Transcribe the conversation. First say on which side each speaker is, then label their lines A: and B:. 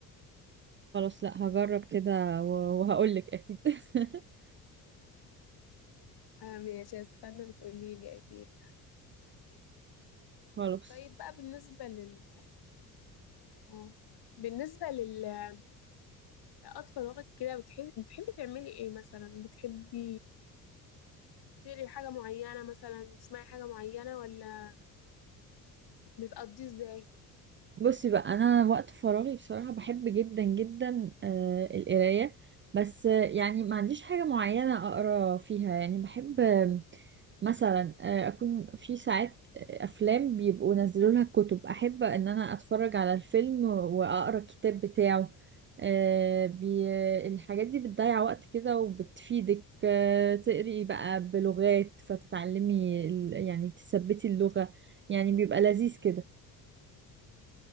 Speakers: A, on the right; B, on the left.
A: خلاص لأ هجرب كده و- وهقولك أكيد <laughs>
B: آه ماشي هستنى تقولي لي اكيد
A: خلاص
B: طيب بقى بالنسبة لل اه بالنسبة لل- لأطفال وقت كده بتحب... بتحبي تعملي ايه مثلا بتحبي تقري حاجة معينة مثلا تسمعي حاجة معينة ولا بتقضيه ازاي
A: بصي بقى انا وقت فراغي بصراحه بحب جدا جدا آه، القرايه بس آه، يعني ما عنديش حاجه معينه اقرا فيها يعني بحب آه، مثلا آه، اكون في ساعات آه، افلام بيبقوا نزلوا لها كتب احب ان انا اتفرج على الفيلم واقرا الكتاب بتاعه آه، بي... الحاجات دي بتضيع وقت كده وبتفيدك آه، تقري بقى بلغات فتتعلمي ال- يعني تثبتي اللغه يعني بيبقى لذيذ كده